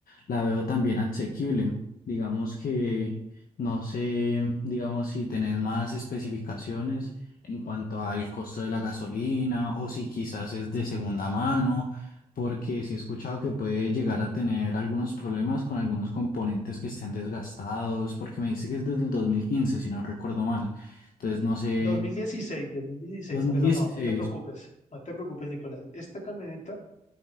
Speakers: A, on the left; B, on the left.
A: la veo también asequible. Digamos que, no sé, digamos si tenés más especificaciones en cuanto al costo de la gasolina o si quizás es de segunda mano, porque sí he escuchado que puede llegar a tener algunos problemas con algunos componentes que estén desgastados, porque me dice que es desde el 2015, si no recuerdo mal. Entonces, no sé,
B: dos dos mil dieciséis, dos mil dieciséis.
A: 2016.
B: pero no, no te preocupes, no te preocupes, Nicolás. Esta camioneta